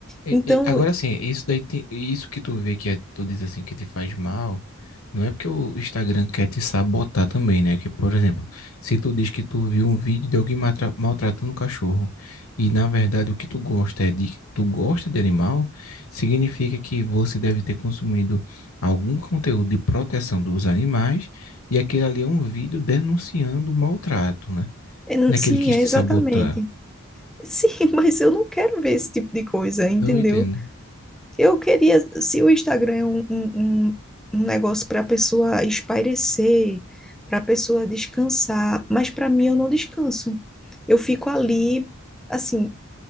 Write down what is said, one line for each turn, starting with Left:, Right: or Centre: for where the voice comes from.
Left: E-
Centre: Então,
Left: e- Agora assim, isso daí tem, isso que tu vê que é, tu diz assim que te faz mal, não é porque o Instagram quer te sabotar também, né? Que, por exemplo, se tu diz que tu viu um vídeo de alguém matra- maltratando um cachorro e na verdade o que tu gosta é de tu gosta de animal, significa que você deve ter consumido algum conteúdo de proteção dos animais e aquele ali é um vídeo denunciando o maltrato, né?
Centre: é-
Left: Daquele
Centre: sim,
Left: que quis
Centre: é
Left: te
Centre: exatamente.
Left: sabotar.
Centre: Sim, <laughs> mas eu não quero ver esse tipo de coisa, entendeu?
Left: Não entendo.
Centre: Eu queria, se o Instagram é um, um, um- um negócio para a pessoa espairecer, para a pessoa descansar, mas para mim eu não descanso. Eu fico ali, assim,